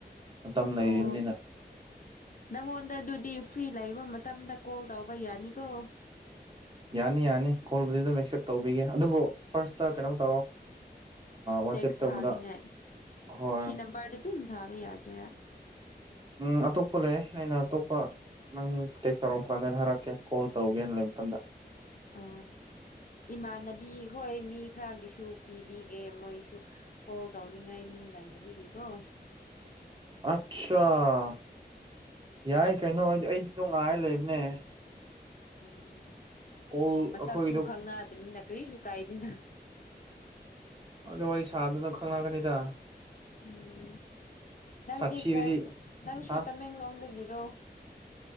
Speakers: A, on the right (about 30°); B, on the left (about 50°).
A: ꯃꯇꯝ ꯂꯩꯔꯤꯕꯅꯤꯅ
B: ꯑꯣ ꯅꯪꯉꯣꯟꯗ ꯑꯗꯨꯗꯤ ꯐ꯭ꯔꯤ ꯂꯩꯕ ꯃꯇꯝꯗ ꯀꯣꯜ ꯇꯧꯕ ꯌꯥꯅꯤꯀꯣ
A: ꯌꯥꯅꯤ ꯌꯥꯅꯤ ꯀꯣꯜꯕꯨꯗꯤ ꯑꯗꯨꯝ ꯑꯦꯛꯁꯦꯞ ꯇꯧꯕꯤꯒꯦ ꯑꯗꯨꯕꯨ ꯐꯥꯔꯁꯇ ꯀꯩꯅꯣ ꯇꯧꯔꯣ ꯋꯥꯆꯦꯞ
B: ꯇꯦꯛꯁ
A: ꯇꯧꯕꯗ
B: ꯊꯥꯅꯤꯉꯥꯏ
A: ꯍꯣꯏ
B: ꯁꯤ ꯅꯝꯕꯔꯗ ꯑꯗꯨꯝ ꯊꯥꯕ ꯌꯥꯒꯦꯔꯥ
A: ꯎꯝ ꯑꯇꯣꯞꯄ ꯂꯩ ꯑꯩꯅ ꯑꯇꯣꯞꯄ ꯅꯪꯇꯦꯛꯁ ꯆꯥꯎꯧꯔꯛꯄ ꯀꯥꯟꯗ ꯑꯩꯅ ꯍꯥꯏꯔꯛꯀꯦ ꯀꯣꯜ ꯇꯧꯒꯦ ꯂꯩꯕ ꯃꯇꯝꯗ
B: ꯑ ꯏꯃꯥꯟꯅꯕꯤ ꯍꯣꯏ ꯃꯤ ꯈꯔꯒꯤꯁꯨ ꯄꯤꯕꯤꯒꯦ ꯃꯣꯏꯁꯨ ꯀꯣꯜ ꯇꯧ ꯉꯥꯏꯃꯤ ꯂꯏꯗ ꯕꯤꯒ ꯀꯧꯕꯣ
A: ꯑꯆꯥꯥ ꯌꯥꯏ ꯀꯩꯅꯣ ꯑꯩꯗꯤ ꯇꯣꯉꯥꯏ ꯂꯩꯕꯅꯦ
B: ꯎꯝ
A: ꯀꯣꯜ
B: ꯃꯁꯛꯁꯨꯨ
A: ꯑꯩꯈꯣꯏꯒꯤꯗꯣ
B: ꯈꯪꯅꯥꯃꯤ ꯅꯀꯔꯤ ꯆ ꯀꯥꯏꯅꯤ
A: ꯑꯗꯨ ꯋꯥꯔꯤ ꯁꯥꯗꯨꯅ ꯈꯪꯅꯒꯅꯤꯗ
B: ꯎꯝ ꯅꯪꯗꯤ
A: ꯁꯥꯊꯤꯔꯗꯤ
B: ꯅꯪꯁꯨ
A: ꯍꯥ
B: ꯇꯃꯦꯡꯂꯣꯡꯗꯒꯤꯔꯣ